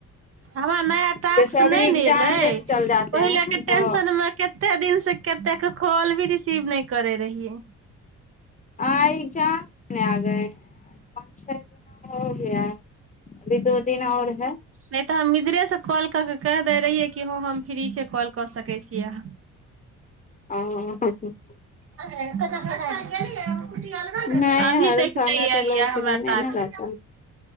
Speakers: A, on the right; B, on the left.
A: हमरा नया टास्क
B: जैसे अभी
A: नहि
B: एग्जाम
A: ने एलै
B: देने चल जाे
A: पहिले
B: हैं
A: के
B: तो।
A: टेंशन मे कते दिनसे कतेके कॉल भी रिसीव नहि करे रहियै।
B: आए च नहि, आब पाँच-छ दिन भऽ गेल, एखन दू दिन आओर छै।
A: नहि तऽ हम इधरेसँ कॉल कऽ दै रहियै कि हँ, हम फ्री छी, कॉल कऽ सकै छी अहाँ।
B: हा <unintelligible>
A: अ खु <unintelligible>
B: नहि
A: अभी
B: हर
A: तक
B: समय
A: नहि
B: तऽ
A: आयल
B: लोग
A: यऽ
B: फ्री
A: हमरा
B: नहि
A: टास्क।
B: ने रहता